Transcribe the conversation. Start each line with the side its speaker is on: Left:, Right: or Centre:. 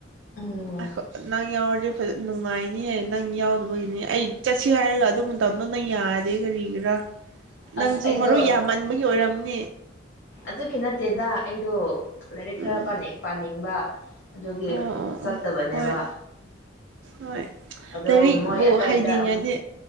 Left: ꯎꯝ
Right: ꯑ ꯅꯪ ꯌꯥꯔꯗꯤ ꯅꯨꯡꯉꯥꯏꯅꯤ ꯅꯪ ꯌꯥꯎꯗꯕꯒꯤꯅꯤ ꯑꯩ ꯆꯠꯁꯤ ꯍꯥꯏꯔꯒ ꯑꯗꯨ ꯃꯇꯝꯗꯣ ꯅꯪ ꯌꯥꯗꯦ ꯀꯔꯤꯒꯤꯔꯥ
Left: ꯑꯁ
Right: ꯅꯪꯁꯨ
Left: ꯑꯩꯗꯣ
Right: ꯃꯔꯨ ꯌꯥꯝꯃꯟꯕꯒꯤ ꯑꯣꯏꯔꯝ <unintelligible>
Left: ꯑꯗꯨꯒꯤ ꯅꯠꯇꯦꯗ ꯑꯩꯗꯣ ꯂꯥꯏꯔꯤꯛ
Right: ꯎꯝ
Left: ꯈꯔ ꯄꯅꯤꯡ ꯄꯥꯅꯤꯡ ꯕ ꯑꯗꯨꯒꯤ
Right: ꯑꯣ ꯑꯣ ꯑꯣ
Left: ꯆꯠꯇꯕꯅꯦꯕ
Right: ꯍꯣꯏ ꯍꯣꯏ
Left: ꯑꯗꯣ
Right: ꯂꯥꯏꯔꯤꯛꯕꯨ
Left: ꯃꯣꯏ ꯑꯇꯩꯗ
Right: ꯍꯥꯏꯅꯤꯡꯉꯗꯤ
Left: ꯑꯃꯨꯛ